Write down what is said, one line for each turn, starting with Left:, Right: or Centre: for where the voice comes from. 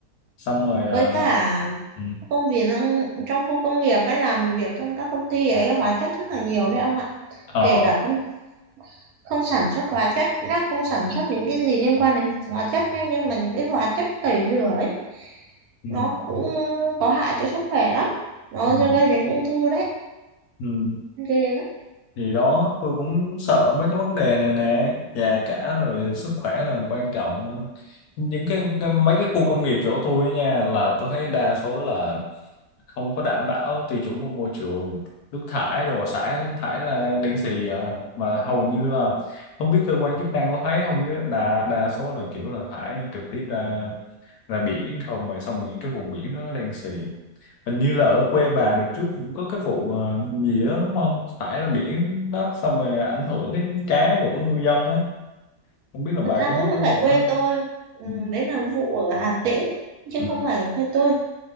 Left: xong rồi ờ,
Right: với cả
Left: ừm,
Right: công việc trong khu công nghiệp hay làm việc trong các công ty ấy hóa chất rất là nhiều đấy ông ạ
Left: ờ,
Right: kể cả không không sản xuất hóa chất nó không sản xuất những cái gì liên quan đến hóa chất nhá nhưng mà những cái hóa chất tẩy rửa ấy
Left: ừm,
Right: nó cũng có hại cho sức khỏe lắm nó
Left: ừm,
Right: gây đến ung thư đấy
Left: ừm.
Right: ghê lắm
Left: thì đó tôi cũng sợ mấy cái vấn đề này nè già cả rồi sức khỏe là quan trọng những cái, cái mấy cái khu công nghiệp chỗ tôi ấy nha là tôi thấy đa số là không có đảm bảo tiêu chuẩn của môi trường nước thải đồ xả thải ra đen xì à. mà hầu như là không biết cơ quan chức năng có thấy không chứ đa đa số là kiểu là thải trực tiếp ra ra biển không vậy xong những cái vùng biển đó đen xì hình như là ở quê bà được trước cũng có cái vụ à, gì đó đúng không thải ra biển đó xong rồi ảnh hưởng đến cá của ngư dân á không biết là bà
Right: thực ra
Left: có biết
Right: cũng
Left: cái
Right: không
Left: vụ
Right: phải quê
Left: đó không
Right: tôi Ừm,
Left: ừ.
Right: đấy là vụ ở Hà Tĩnh chứ
Left: Ờ,
Right: không phải ở quê tôi